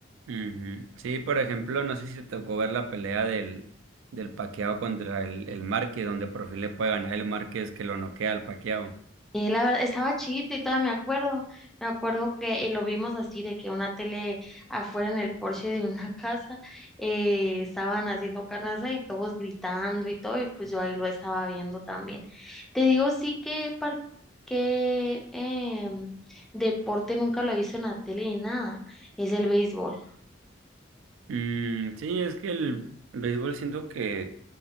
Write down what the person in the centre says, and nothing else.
Eh, la verdad, estaba chiquita y todavía me acuerdo, me acuerdo que eh, lo vimos así de que una tele afuera en el porche de una <laughs> casa eh, estaban haciendo carnaza y todos gritando y todo y pues yo ahí lo estaba viendo también. Te digo sí que par- que em, deporte nunca lo he visto en la tele ni nada, es el béisbol.